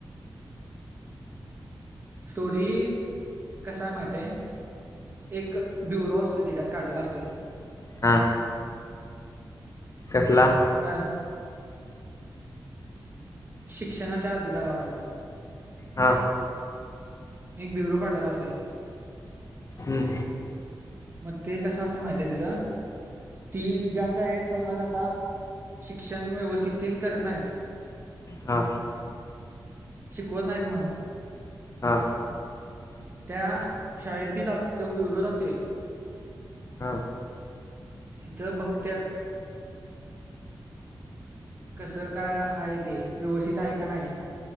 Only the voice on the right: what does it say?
स्टोरी कसा हाय माहित हाय. एक ब्युरो असतो. त्याच्यात काढलेला असतोय
हा शिक्षणाच्या अधिकारांवर
एक ब्युरो काढलेला असतोय.
म ते कस असतय माहिती आहे त्येजा ती ज्या शाळेत समज आता शिक्षण व्यवस्थिततीन करत नाहीत.
शिकवत नाहीत म्हण
त्या शाळेत ती जात तो ब्युरो जातोय.
तिथं बघत्यात कसं काय आहे ते व्यवस्थित हाय का नाही.